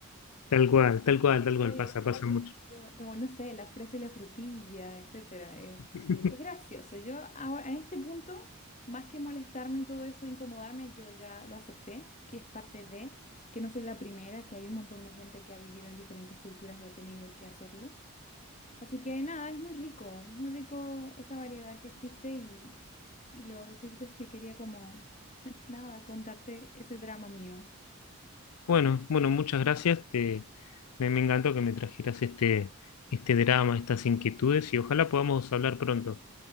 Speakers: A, on the left (about 80°); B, on the left (about 30°).
A: tal cual, tal cual, tal cual,
B: Ay,
A: pasa,
B: eh, eh,
A: pasa mucho.
B: eh, como no sé, la fresa y la frutilla, etcétera. eh,
A: <laughs>
B: es gracioso. Yo ahora, en este punto, más que molestarme y todo eso, incomodarme, yo ya lo acepté, que es parte de, que no soy la primera, que hay un montón de gente que ha vivido en diferentes culturas y ha tenido que hacerlo. Así que nada, es muy rico, es muy rico esa variedad que existe y, y lo cierto es que quería como, nada, contarte ese drama mío.
A: Bueno, bueno, muchas gracias. Te, me, me encantó que me trajeras este, este drama, estas inquietudes y ojalá podamos hablar pronto,